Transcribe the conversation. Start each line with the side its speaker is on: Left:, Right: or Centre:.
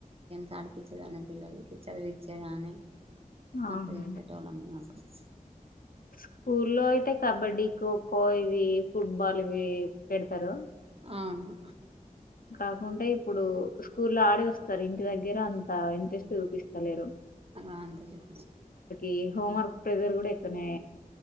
Right: తాడిపిచ్చేదాని పిల్లలకి చదివిచ్చేదాన్ని మాకైతే
Left: ఆహా
Right: <unintelligible>
Left: స్కూల్లో అయితే కబడ్డీ ఖోఖో ఇవి ఫుట్బాల్ ఇవి పెడతరు
Right: అవును
Left: కాకుంటే ఇప్పుడు స్కూలో ఆడి వస్తరు ఇంటి దగ్గర అంత ఇంట్రెస్ట్ చూపిస్తలేరు
Right: వాళ్ నాన్తో చూపిచు
Left: ఈ హోంవర్క్ ప్రజర్ గుడ ఎక్కువ్నే